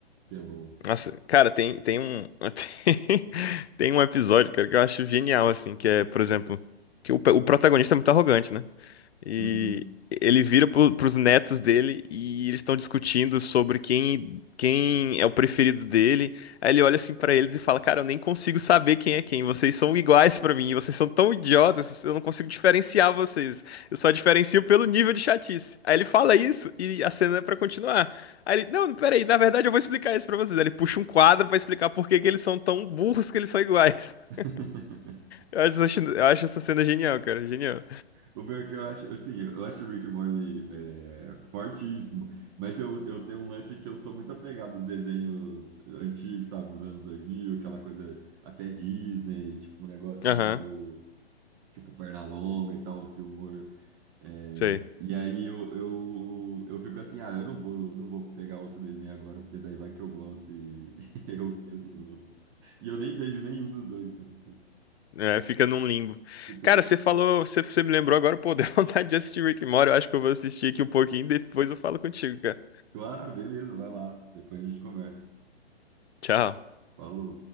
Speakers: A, on the right (about 25°); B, on the left (about 75°).
A: que é bom.
B: Nossa, cara, tem, tem um. <laughs> Tem, tem um episódio, cara, que eu acho genial, assim, que é, por exemplo, que o, pe- o protagonista é muito arrogante, né? E
A: Uhum.
B: ele vira pro, pros netos dele e eles estão discutindo sobre quem, quem é o preferido dele. Aí ele olha assim pra eles e fala: Cara, eu nem consigo saber quem é quem. Vocês são iguais pra mim. Vocês são tão idiotas. Eu não consigo diferenciar vocês. Eu só diferencio pelo nível de chatice. Aí ele fala isso e a cena é pra continuar. Aí ele: Não, peraí, na verdade eu vou explicar isso pra vocês. Aí ele puxa um quadro pra explicar por que que eles são tão burros que eles são iguais. <laughs>
A: <laughs>
B: Eu acho, essa- eu acho essa cena genial, cara. Genial.
A: O pior é que eu acho, assim, eu acho o Rick and Morty é, fortíssimo, mas eu, eu tenho um lance que eu sou muito apegado aos desenhos antigos, sabe, dos anos dois mil aquela coisa até Disney, tipo um negócio
B: Aham,
A: meio, tipo Pernalonga e tal, esse humor. é,
B: sei.
A: e aí eu, eu, eu fico assim, ah, eu não vou, não vou pegar outro desenho agora, porque daí vai que eu gosto e, <laughs> e eu esqueço os outros. E eu nem vejo nenhum dos dois, né? tipo,
B: É, fica num limbo.
A: Eu fico
B: Cara,
A: no...
B: você falou, você, você me lembrou agora, pô, deu <laughs> vontade de assistir Rick and Morty. Eu acho que eu vou assistir aqui um pouquinho, depois eu falo contigo, cara.
A: Claro, beleza, vai lá, depois a gente conversa.
B: Tchau.
A: Falou.